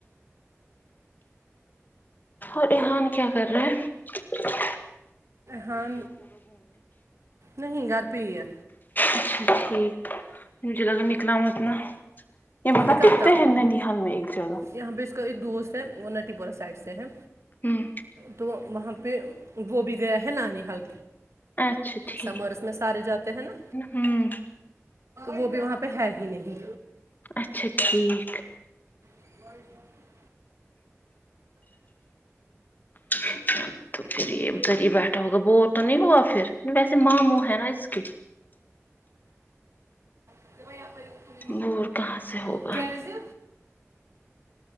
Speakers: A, on the left; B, on the right.
A: اور رحان کیا کر رہے ہیں
B: ہاں نہیں گھر پئی ہے
A: اچھا ٹھیک مجھے لگا نکلا ہوا تم نے <unintelligible>
B: نکلتا یہاں پہ اس کا ایک دوست ہے وہ نٹی بھرا سائڈ سے ہے
A: ہمم
B: تو وہاں پہ وہ بھی گیا ہے نانی ہل
A: اچھا ٹھیک
B: سممیرس میں سارے جاتے ہیں نا
A: ہمم
B: وہ بھی وہاں پہ ہے ہی نہیں
A: اچھا ٹھیک
B: <unintelligible>
A: <unintelligible> تو پھر کھی بیٹا ہوگا نہیں ہوا پھر ویسے ماموں ہیں نا اس کے
B: <unintelligible>
A: بور کہاں سے ہوگ
B: کیسی